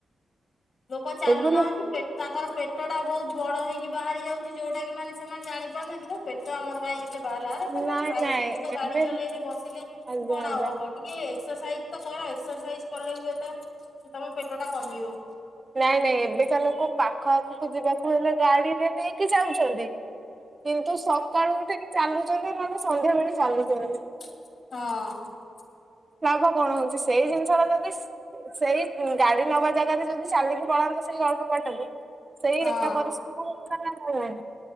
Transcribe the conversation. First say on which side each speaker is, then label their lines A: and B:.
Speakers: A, on the left; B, on the right.
A: ଲୋକ ଚାଲୁନାହାନ୍ତି
B: ଏବେ ଲୋକ
A: ପେ ତାଙ୍କର ପେଟ ଟା ବହୁତ ବଡ ହେଇକି ବାହାରି ଯାଉଛି ଯୋଉଟା କି ମାନେ ସେମାନେ ଜାଣି ପାରୁନାହାନ୍ତି ତ ପେଟ ଆମର କାହିଁ ଏତେ ବାଲାରେ ତମେ
B: ନାଇଁ
A: ଖାଇ
B: ନାଇଁ
A: ପିଇକି ତ
B: ଏବେ
A: ଗାଡି ଚଲେଇଲେ ବସିଲେ
B: ଆଜ୍ଞା
A: କଣ
B: ଆଜ୍ଞା
A: ଆଉ ହବ ଟିକେ ଏକ୍ସରସାଇଜ ତ କର ଏକ୍ସରସାଇଜ କଲେ ହୁଏତ ତମ ପେଟ ଟା କମିବ।
B: ନାଇଁ ନାଇଁ ଏବେକା ଲୋକ ପାଖ ଆଖକୁ ଯିବାକୁ ହେଲେ ଗାଡିରେ ନେଇକି ଯାଉଛନ୍ତି କିନ୍ତୁ ସକାଳୁ ଟିକେ ଚାଲୁଛନ୍ତି ନହେଲେ ସନ୍ଧ୍ୟା ବେଳେ ଚାଲୁଛନ୍ତି।
A: ହଁ।
B: ଲାଭ କଣ ହୋଉଛି ସେଇ ଜିନିଷଟା ଯଦି ସେଇ ଗାଡି ନବା ଜାଗାରେ ଯଦି ଚାଲିକି ପଳାନ୍ତୁ ସେଇ ଅଳ୍ପ ବାଟକୁ ସେଇ
A: ହଁ
B: ଏକା ପରିଶ୍ରମ ହେଲା ନ ନାଇ।